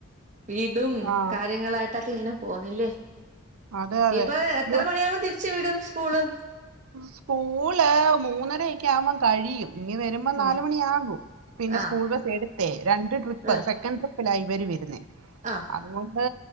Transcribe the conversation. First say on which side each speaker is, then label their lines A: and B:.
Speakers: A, on the right; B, on the right.
A: വീടും
B: ആഹ്
A: കാര്യങ്ങളായിട്ടൊക്കെ ഇങ്ങനെ പോവ്ന്നില്ലേ.
B: അതെ അതെ
A: നീയിപ്പ എത്ര
B: യ്യോ
A: മണിയാവുമ്പോ തിര് ച്ച് വിടും സ്കൂള്
B: സ്കൂള് മൂന്നരെയെക്കെയാവുമ്പം കഴിയും. ഇങ്ങ് വെരുമ്പം നാല്
A: ഉം
B: മണിയാകും. പിന്നെ
A: ആഹ്
B: സ്കൂൾ ബസ് എടുത്തേ രണ്ട് ണ്ട് ട്രിപ്പ്,
A: ആഹ്
B: സെക്കൻഡ് ട്രിപ്പിലാ ഇവര് വെരുന്നേ.
A: ആഹ്
B: അതുകൊണ്ട്